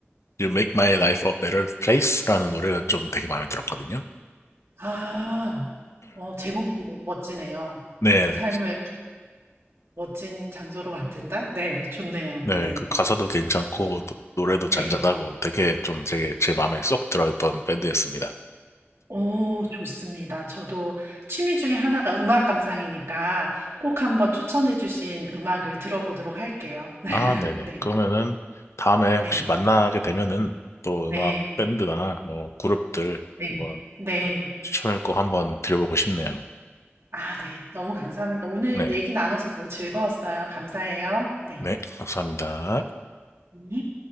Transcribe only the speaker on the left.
You Make My Life a Better Place라는 노래가 좀 되게 마음에 들었거든요.
네,
네,
그 가사도 괜찮고 노, 노래도
잔잔하고 되게 좀 되게 제 마음에 쏙 들어있던 밴드였습니다.
아, 네네.
그러면은 다음에
혹시 만나게 되면은 또
음악 밴드나 뭐 그룹들
한번
추천을 꼭 한번 드려보고 싶네요.
네.
네, 감사합니다.